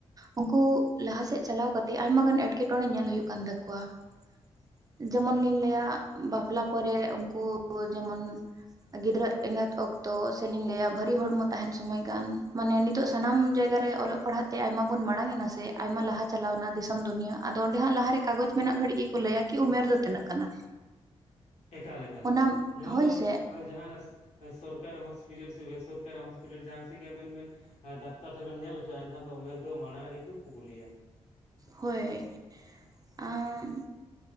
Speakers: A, on the right; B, on the left.
A: ᱩᱝᱠᱩ ᱞᱟᱦᱟ ᱥᱮᱫ ᱪᱟᱞᱟᱣ ᱠᱟᱛᱮ ᱟᱭᱢᱟ ᱜᱟᱱ ᱮᱸᱴᱠᱮᱴᱚᱬᱮ ᱧᱮᱞ ᱦᱩᱭᱩᱜ ᱠᱟᱱ ᱛᱟᱠᱚᱣᱟ ᱾ ᱡᱮᱢᱚᱱ ᱞᱤᱧ ᱞᱟᱹᱭᱟ ᱵᱟᱯᱞᱟ ᱯᱚᱨᱮ ᱩᱝᱠᱩ ᱡᱮᱢᱚᱱ ᱜᱤᱫᱽᱨᱟᱹ ᱮᱸᱜᱟᱛ ᱚᱠᱛᱚ ᱥᱮᱞᱤᱧ ᱞᱟᱹᱭᱟ ᱵᱷᱟᱹᱨᱤ ᱦᱚᱲᱢᱚ ᱛᱟᱦᱮᱱ ᱥᱚᱢᱚᱭ ᱜᱟᱱ ᱢᱟᱱᱮ ᱱᱤᱛᱚᱜ ᱥᱟᱱᱟᱢ ᱡᱟᱭᱜᱟ ᱨᱮ ᱚᱞᱚᱜ ᱯᱟᱲᱦᱟᱜ ᱛᱮ ᱟᱭᱢᱟ ᱵᱚᱱ ᱢᱟᱲᱟᱝᱮᱱᱟ ᱥᱮ ᱟᱭᱢᱟ ᱞᱟᱦᱟ ᱪᱟᱞᱟᱣᱱᱟ ᱫᱤᱥᱚᱢ ᱫᱩᱱᱤᱭᱟᱹ, ᱟᱫᱚ ᱚᱸᱰᱮ ᱦᱟᱜ ᱞᱟᱦᱟᱨᱮ ᱠᱟᱜᱚᱡᱽ ᱢᱮᱱᱟᱜ ᱜᱷᱟᱹᱲᱤᱡ ᱜᱮᱠᱚ ᱞᱟᱹᱭᱟ ᱠᱤ ᱩᱢᱮᱨ ᱫᱚ ᱛᱤᱱᱟᱹᱜ ᱠᱟᱱᱟ?
B: ᱮᱠᱟᱞ ᱮᱠᱟᱞ
A: ᱚᱱᱟ
B: ᱮᱠᱟᱞ, ᱱᱚᱣᱟ
A: ᱦᱳᱭ
B: ᱫᱚ
A: ᱥᱮ
B: ᱡᱟᱦᱟᱱᱟᱥ ᱮ ᱥᱚᱨᱠᱤ ᱦᱚᱥᱯᱤᱴᱟᱞ ᱥᱮ ᱵᱼᱮᱥᱚᱨᱠᱟᱨᱤ ᱦᱚᱥᱯᱤᱴᱟᱞ ᱡᱟᱦᱟᱸ ᱥᱮᱜ ᱜᱮ ᱟᱵᱮᱱ ᱢᱮᱱ ᱮ ᱰᱟᱠᱛᱟᱨ ᱴᱷᱮᱱ ᱵᱮᱱ ᱧᱮᱞ ᱦᱚᱪᱚᱜᱼᱟ ᱮᱱᱠᱷᱟᱱ ᱫᱚ ᱩᱢᱮᱨ ᱫᱚ ᱢᱟᱲᱟᱝ ᱨᱮᱜᱮ ᱠᱚ ᱠᱩᱠᱞᱤᱭᱟ ᱾
A: ᱦᱳᱭ ᱾ ᱟ